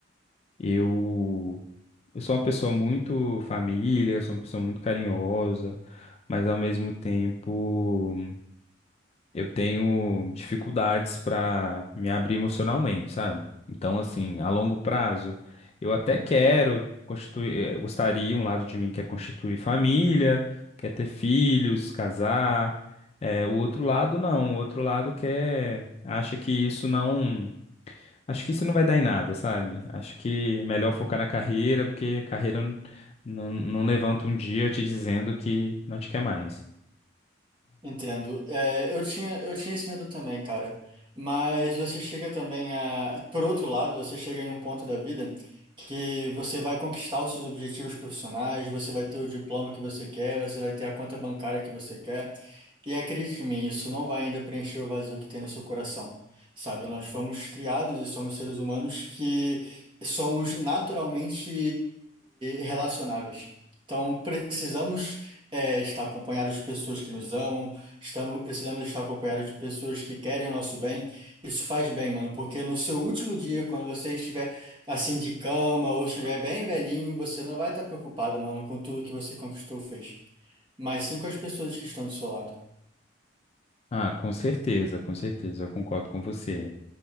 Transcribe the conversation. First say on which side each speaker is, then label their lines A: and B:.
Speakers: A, on the left (about 30°); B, on the right (about 25°).
A: eu eu sou uma pessoa muito família, eu sou uma pessoa muito carinhosa, mas ao mesmo tempo eu tenho dificuldades para me abrir emocionalmente, sabe? Então, assim, a longo prazo, eu até quero constituir, eh, gostaria, um lado de mim quer constituir família, quer ter filhos, casar. eh, o outro lado não, o outro lado quer, acha que isso não, acho que isso não vai dar em nada, sabe? Acho que é melhor focar na carreira, porque carreira não, não não levanta um dia te dizendo que não te quer mais.
B: Entendo. É, eu tinha, eu tinha esse medo também, cara. Mas você chega também a. Por outro lado, você chega em um ponto da vida que você vai conquistar os seus objetivos profissionais, você vai ter o diploma que você quer, você vai ter a conta bancária que você quer. E acredite em mim, isso não vai ainda preencher o vazio que tem no seu coração. Sabe, nós fomos criados e somos seres humanos que somos naturalmente relacionáveis. Então, precisamos é, estar acompanhados de pessoas que nos amam. Estamos, precisamos estar acompanhados de pessoas que querem o nosso bem. Isso faz bem, mano, porque no seu último dia, quando você estiver assim de cama ou estiver bem velhinho, você não vai estar preocupado, mano, com tudo que você conquistou, ou fez, mas sim com as pessoas que estão do seu lado.
A: Ah, com certeza, com certeza, eu concordo com você.